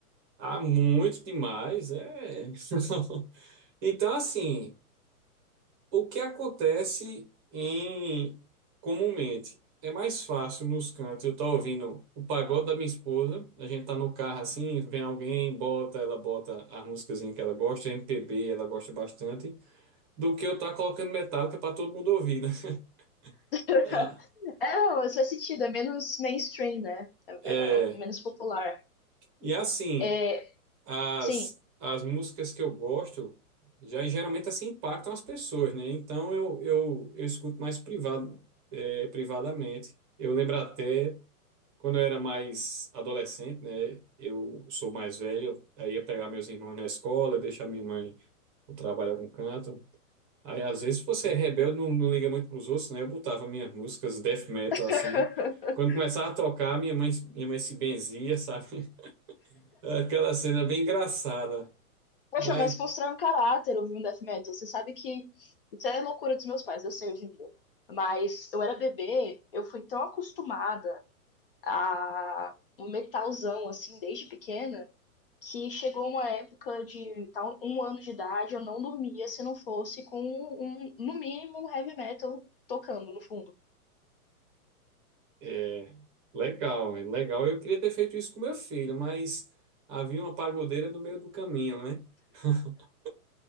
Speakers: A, on the right; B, on the left.
A: há muito demais, é. <laughs> Então, assim. O que acontece em comumente é mais fácil nos cantos. Eu tô ouvindo o pagode da minha esposa, a gente tá no carro assim, vem alguém, bota, ela bota as músicas que ela gosta, MPB, ela gosta bastante, do que eu tá colocando Metallica para todo mundo ouvir, né? <laughs>
B: <laughs>
A: Ah,
B: É, faz sentido, é menos mainstream, né? É-
A: é,
B: é- é menos popular.
A: e assim,
B: É,
A: as
B: sim.
A: as músicas que eu gosto já geralmente assim impactam as pessoas, né? Então eu eu, eu escuto mais privado, é, privadamente. Eu lembro até Quando eu era mais adolescente, né, eu sou mais velho, aí ia pegar meus irmãos na escola, deixar minha mãe no trabalho em algum canto. Aí, às vezes, se você é rebelde, não, não liga muito pros outros, né? Eu botava minhas músicas death metal, assim.
B: <laughs>
A: Quando começava a tocar, minha mãe, minha mãe se benzia, sabe? <laughs> Aquela cena bem engraçada.
B: Poxa,
A: Mas,
B: mas constrói um caráter ouvir um death metal. Você sabe que isso é loucura dos meus pais, eu sei hoje em dia. Mas eu era bebê, eu fui tão acostumada a um metalzão, assim, desde pequena, que chegou uma época de tal, um ano de idade, eu não dormia se não fosse com, um, no mínimo, um heavy metal tocando no fundo.
A: é, legal, é legal. Eu queria ter feito isso com meu filho, mas havia uma pagodeira no meio do caminho, né? <laughs>